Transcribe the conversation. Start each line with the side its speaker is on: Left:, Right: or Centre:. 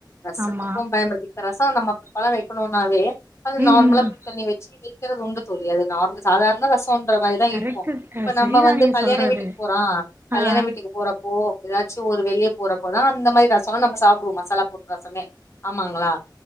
Left: ரஸத்துக்கூ
Right: ஆமா
Left: பயன்படுத்திக் ரஸ் ஆ நமக் பழோ வெக்கணூனாவே அது
Right: ம்
Left: நார்மலா
Right: ம்
Left: புளி தண்ணி வச்சு வி <unintelligible> தோழி அது நார்ம் சாதார்ண ரஸ டோன்ற மாரிதா
Right: கரெக்ட்டு
Left: இருக்கூ இப்ப
Right: சரிதா
Left: நம்ம வந்து
Right: நீங்க
Left: கல்யாண
Right: சொல்றது
Left: வீட்டுக் போறோ கல்யாண
Right: ஆ ஆ
Left: வீட்டுக்கு போறப்போ து ஒரு வெளியே போறப்போதா அந்த மாரி ரசம நம்ம சாப்பிடுவோ மசாலா போட் ரசமே ஆமாங்ளா